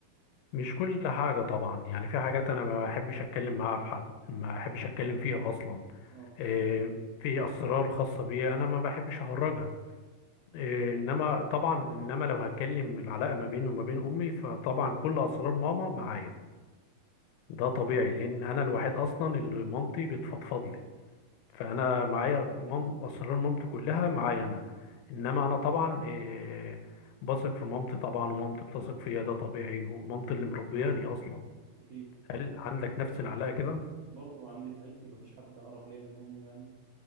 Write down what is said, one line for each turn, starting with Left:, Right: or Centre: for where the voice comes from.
Left: مش كل حاجه طبعا يعني في حاجات انا ما بحبش اتكلم معاها في حد ما بحبش اتكلم فيها اصلا
Right: اه
Left: آه، في اسرار خاصه بيا انا ما بحبش اخرجها آه، انما طبعا انما لو هتكلم العلاقه ما بيني وما بين امي فطبعا كل اسرار ماما معايا ده طبيعي لان انا الوحيد اصلا اللي مامتي بتفضفض لي فانا معايا مام اسرار مامتي كلها معايا انا انما انا طبعا آه، بثق في مامتي طبعا ومامتي بتثق فيا ده طبيعي ومامتي اللي مربياني اصلا
Right: اكيد
Left: هل عندك نفس العلاقه كده
Right: برضه عندي في عيلتي مفيش حد اقرب ليا من امي يعني